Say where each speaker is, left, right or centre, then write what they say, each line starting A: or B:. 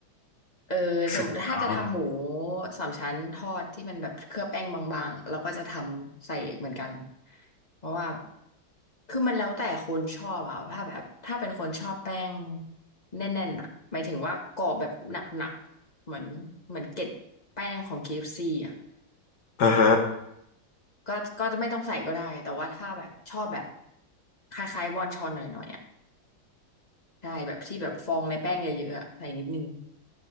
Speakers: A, on the left (about 20°); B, on the left (about 60°).
A: เออสมมติถ้าจะทำหมู
B: สุดยอด
A: สามชั้นทอดที่มันแบบเคลือบแป้งบางๆเราก็จะทำใส่เหมือนกันเพราะว่าคือมันแล้วแต่คนชอบอะถ้าแบบถ้าเป็นคนชอบแป้งแน่นๆอะหมายถึงว่ากรอบแบบหนักๆเหมือนเหมือนเกล็ดแป้งของ KFC อฟซีอะ
B: อ่าฮะ
A: ก็ก็จะไม่ต้องใส่ก็ได้แต่ว่าถ้าแบบชอบแบบคล้ายๆวอนชอนหน่อยๆอะใช่แบบที่แบบฟองในแป้งเยอะๆอะใส่นิดนึง